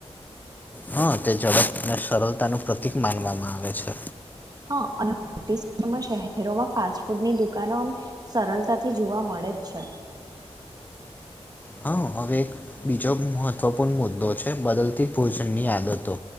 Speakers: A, on the left; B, on the right.
A: હા, તે ઝડપ ને સરળતા નું પ્રતિક માનવામાં આવે છે
B: હા અને મોમાં <unintelligible> શહેરોમાં ફાસ્ટ ફૂડની દુકાનો આમ સરળતાથી જોવા મળે જ છે
A: હા, હવે એક બીજો મહત્વપૂર્ણ મુદ્દો છે બદલતી ભોજન ની આદતો